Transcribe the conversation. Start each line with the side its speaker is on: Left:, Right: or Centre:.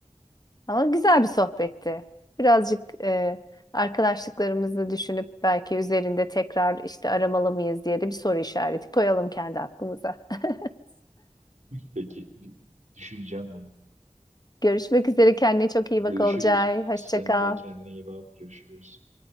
Left: Ama güzel bir sohbetti. Birazcık e, arkadaşlıklarımızı düşünüp belki üzerinde tekrar işte aramalı mıyız diye de bir soru işareti koyalım kendi aklımıza. <laughs>
Right: <laughs> Peki, düşüneceğim bunu.
Left: Görüşmek üzere. Kendine çok iyi
Right: Görüşürüz.
Left: bak Olcay. Hoşça
Right: Sen
Left: kal.
Right: de kendine iyi bak. Görüşürüz.